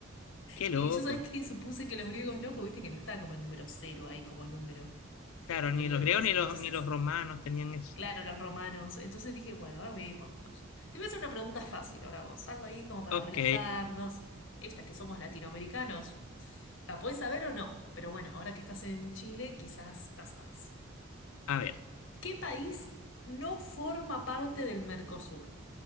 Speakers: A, on the left; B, on the left.
A: qué
B: Y
A: loco.
B: yo sabes que supuse que los griegos no, porque viste que no está como el número cero ahí como número
A: Claro,
B: en los
A: ni
B: griegos.
A: los griegos ni los,
B: Entonces,
A: ni los romanos tenían eso.
B: claro, los romanos. Entonces dije, bueno, ahora voy a ir por los mayas. Te voy a hacer una pregunta fácil ahora vos. Algo ahí como para
A: Ok,
B: relajarnos. Estas que somos latinoamericanos. ¿La podés saber o no? Pero bueno, ahora que estás en Chile, quizás la sabes.
A: a ver,
B: ¿Qué país no forma parte del Mercosur?